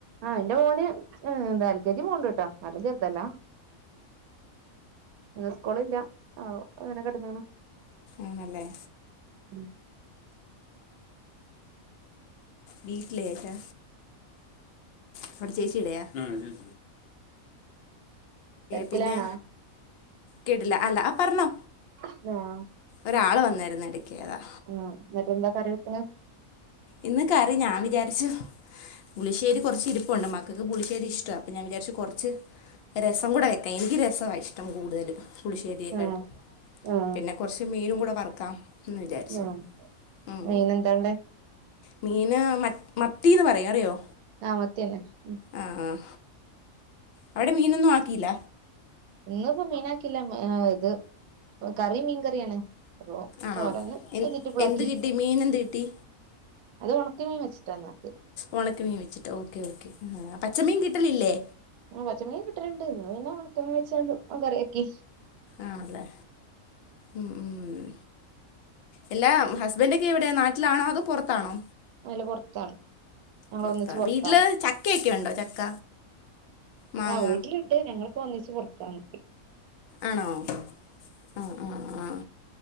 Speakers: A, on the right; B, on the left.
A: ആഹ് എന്റെ മോന് എന്താ എൽ കെ ജി പോണൊണ്ട് കേട്ടോ നല്ല ചെറുതല്ലാ ഇന്ന് സ്കൂളില്ലാ ആഹ് അങ്ങനെ കെടന്നതാണ്.
B: ആണല്ലേ
A: ഉം
B: വീട്ടിലെയാ ഏട്ടാ അവടെ ചേച്ചിടെയാ ആ ചേച്ചീടെ
A: തിരക്കിലാണോ
B: പിന്നെ കേട്ടില്ല അല്ല ആഹ് പറഞ്ഞോ
A: ആഹ്
B: ഒരാള് വന്നാരുന്ന് എടക്ക് അതാ
A: ആഹ് എന്നിട്ടെന്താ കറി വെക്കണേ
B: ഇന്ന് കറി ഞാൻ വിചാരിച്ച് പുളിശ്ശേരി കൊറച്ചിരിപ്പുണ്ട് മക്കക്ക് പുളിശ്ശേരി ഇഷ്ടവാ അപ്പൊ ഞാൻ വിചാരിച്ച് കൊറച്ച് രസം കൂടെ എനിക്ക് രസവാ ഇഷ്ടം കൂടുതല് പുളിശ്ശേരിയേക്കാട്ടി
A: ആഹ് ആഹ്
B: പിന്നെ കൊറച്ച് മീനും കൂടെ വറുക്കാം എന്ന് വിചാരിച്ചു
A: ആഹ്
B: ഉം
A: മീനെന്താ ഉള്ളേ
B: മീന് മത്ത് മത്തീന്ന് പറയും അറിയോ
A: ആഹ് മത്തി തന്നെ ഉം
B: ആഹ് ആഹ് അവിടെ മീനൊന്നും ആക്കീല്ല
A: ഇന്നിപ്പോ മീനാക്കിയില്ല ഇത് കറി മീൻ കറിയാണ് അപ്പോ
B: ആണോ
A: തോരൻ
B: എൻ
A: വെജിറ്റബിളാക്കി
B: എന്ത് കിട്ടി മീൻ എന്ത് കിട്ടി
A: അത് ഒണക്കമീൻ വച്ചിട്ടാണ് ആക്കിയത്
B: ഒണക്ക മീൻ വച്ചിട്ട് ഓക്കെ ഓക്കേ പച്ചമീൻ കിട്ടലില്ലേ
A: പച്ചമീൻ കിട്ടല്ണ്ട് ഇന്ന് പിന്നെ ഒണക്കമിംവെച്ച്ങ്ങാണ്ട് കറ്യാക്കി.
B: ആണല്ലേ ഉം ഉം. എല്ലാ ഹസ്ബൻഡൊക്കെ എവിട്യാ നാട്ടിലാണോ അതോ പൊറത്താണോ?
A: അല്ല പുറത്താണ് ഞങ്ങൾ
B: പൊറത്താ,
A: ഒന്നിച്ച് പുറത്താണ്
B: വീട്ട്ല് ചക്കയൊക്കെയൊണ്ടോ ചക്ക. മാങ്ങ
A: ആഹ് വീട്ട്ല്ണ്ട് ഞങ്ങള്പ്പോ ഒന്നിച്ച് പൊറത്താണ്.
B: ആണോ?
A: <inaudible>
B: ആ ആ ആ